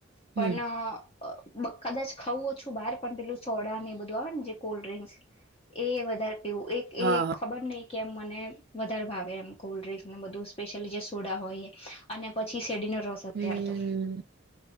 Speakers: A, on the left; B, on the right.
A: પણ
B: હમ
A: કદાચ ખાઉું ઓછું બહાર પણ પેલું સોડા ને એ બધું આવે ને જે કોલ્ડ્રિંકસ એ વધારે એવું એક
B: હા.
A: એ ખબર નઈ કેમ મને વધારે ભાવે એમ કોલ્ડ્રિંક્સને બધું સ્પેશ્યયલી જે સોડા હોય અને પછી સેડીનો રોસ અત્યાર
B: હમ્મ.
A: તો.